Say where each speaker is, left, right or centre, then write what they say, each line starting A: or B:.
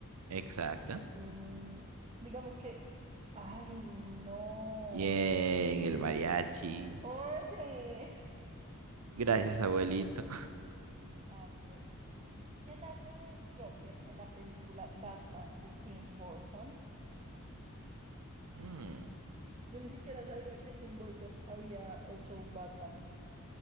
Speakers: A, on the right; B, on the right.
A: Exacto.
B: Mm, digamos que... Ay, no.
A: Bien, el mariachi.
B: Oye.
A: Gracias, abuelito.
B: <laughs> A ver. ¿Quién hace de Joker en la película Batman de Tim Burton?
A: Mm,
B: Yo ni siquiera sabía que Tim Burton había hecho un Batman.